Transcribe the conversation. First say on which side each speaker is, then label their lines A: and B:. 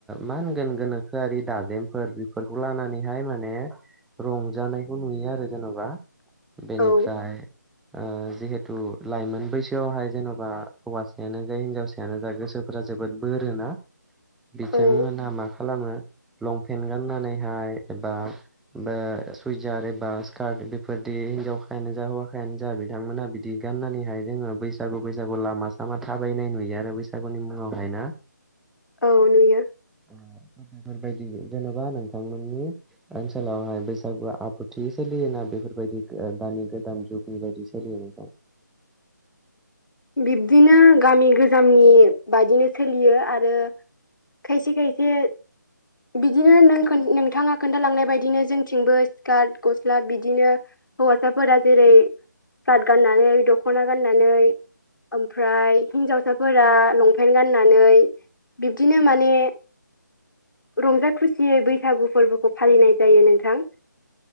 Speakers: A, in the centre; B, on the left (about 85°).
A: मा होनगोन गोनोखोआरि दाजेमफोर बेफोरखौ लानानैहाय माने रंजानायखौ नुयो आरो जेन'बा बेनिफ्राय
B: औ
A: ओ जिहेथु लाइमोन बैसोआवहाय जेन'बा हौवासायानो जा हिनजाव नो जा गोसोफोरा जोबोद बोरोना, बिथांमोना
B: औ
A: मा खालामो, लंपेन्ट गाननानैहाय बा बा सुइजार एबा स्कार्ट बेफोरदि हिनजावखायानो जा हौवायानो जा बिथांमोना बिदि गाननानैहाय जोङो बैसागु बैसागु लामा सामा थाबायनाय नुयो रो बैसागुनि मुङावहाय ना।
B: औ नुयो।
A: <unintelligible> बेफोरबायदि जेनेबा नोंथांमोननि ओनसोलावहाय बैसागुवा आब्रुथियै सोलियोना बेफोरबायदि दानि गोदान जुगनि बायदि सोलियो नोंथां।
B: बिब्दिनो गामि गोजामनि बादिनो सोलियो आरो खायसे खायसे बिदिनो नों खो नोंथाङा खोन्थालांनाय बायदिनो जोंथिंबो स्कार्ट गस्ला बिदिनो हौवासाफोरा जेरै स्कार्ट गाननानै दख'ना गाननानै ओमफ्राय हिन्जावसाफोरा लंपेन्ट गाननानै बिब्दिनो माने रंजा खुसियै बैसागु फोरबोखौ फालिनाय जायो नोंथां।